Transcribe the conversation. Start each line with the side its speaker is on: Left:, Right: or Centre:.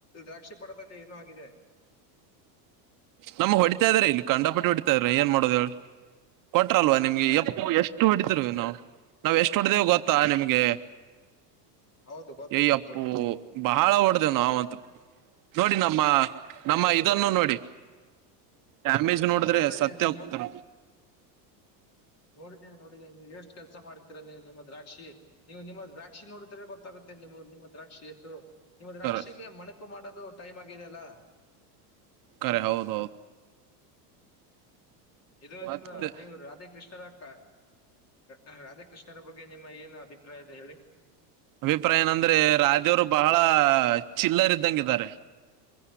Left: ದ್ರಾಕ್ಷಿ ಪಡದಲ್ಲಿ ಏನೂ ಆಗಿದೆ
Right: ನಮ್ಗೆ ಹೊಡಿತಾ ಇದ್ರ ಇಲ್ಲಿ ಕಂಡಪಟ್ಟು ಹೊಡಿತಾ ಇದ್ರ ಏನ್ ಮಾಡೋದುಹೇಳಿ ಕೊಟ್ರಲ್ವಾ ನಿಮ್ಗೆ ಎ ಎಷ್ಟು ಹೊಟ್ಟಿದರು ನಾವು ನಾವ್ ಎಷ್ಟು ಹೊಡೆದೇವು ಗೊತ್ತಾ ನಿಮ್ಗೆ
Left: ಹೌದು ಗೊತ್ತು
Right: ಹೇ
Left: ಗೊತ್ತು
Right: ಅಪ್ಪು
Left: ನೀವು
Right: ಬಹಳ ಒಡ್ ನವುಂತ ನೋಡಿ ನಮ್ಮ
Left: ಗೊತ್ತು
Right: ನಮ್ಮ
Left: ಗೊತ್ತು
Right: ಇದನ್ನು ನೋಡಿ ಡ್ಯಾಮೇಜ್ ನೋಡಿದ್ರೆ
Left: ಹಾ ನೋಡ್ತಾ
Right: ಸತ್ಯ
Left: ಇದ್ದೇನೆ ನೀನ್
Right: ಹೋಗ್ತಾರ
Left: ನೋಡ್ ನೋಡಿದೇನೆ ನೋಡಿದಿನಿ ನೀವು್ಎಷ್ಟು ಕೆಲಸ ಮಾಡ್ತೀರಾ ನೀವು ನಿಮ್ಮ ದ್ರಾಕ್ಷಿ ನೀವು ನಿಮ್ಮ ದ್ರಾಕ್ಷಿ ನೋಡಿದ್ರೆ ಗೊತ್ತ ಗೊತ್ತಾಗುತ್ತೆ ನಿ ನಿಮ್ಮ ದ್ರಾಕ್ಷಿ ಎಷ್ಟು ನಿಮ್ಮ ದ್ರಾಕ್ಷಿಗೆ
Right: ಕರೆ
Left: ಮಣಕು ಮಾಡಲು ಟೈಮ್ ಆಗಿದೆ ಅಲ್ಲ
Right: ಕರೆ ಹೌದೌದು
Left: ಇದು
Right: ಮತ್ತೆ
Left: ನಿಮ್ದು ನೀವು ರಾಧ ಕೃಷ್ಣರ ಅಕ್ಕ ಅ ರಾಧಾಕೃಷ್ಣರ ಬಗ್ಗೆ ನಿಮ್ಮ ಏನು ಅಭಿಪ್ರಾಯದೆ ಹೇಳಿ?
Right: ಅಭಿಪ್ರಾಯ ಏನಂದ್ರೆ ರಾಧೇವರು ಬಹಳ ಚಿಲ್ಲರ್ ಇದ್ದಂಗಿದ್ದಾರೆ